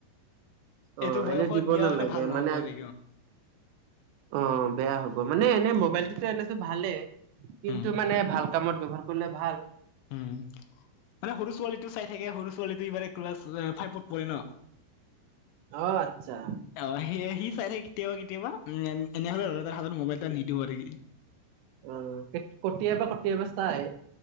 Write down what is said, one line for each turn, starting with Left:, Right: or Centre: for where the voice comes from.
Right: অ',
Left: এইটো বয়সত
Right: এনেইও দিব
Left: দিয়া
Right: নালাগে
Left: ভাল নহ'ব
Right: মানে আজি
Left: আৰু
Right: অ', বেয়া হ'ব মানে এনে, মোবাইলটোতো এনে টো ভালেই। কিন্তু
Left: উম
Right: মানে ভাল কামত ব্যৱহাৰ কৰিলে ভাল।
Left: উম। মানে সৰু ছোৱালীটো চাই থাকে সৰু ছোৱালীটো ইবাৰে ক্লাছ ফাইভত পঢ়ে ন'।
Right: অ', আচ্ছা।
Left: অ', সে সি চাই থাকে কেতিয়াবা কেতিয়াবা উ, এনেহ'লে ল'ৰাটোৰ হাতত মোবাইলটো নিদিও আৰু।
Right: উম, কেতিয়াবা কেতিয়াবা চাই।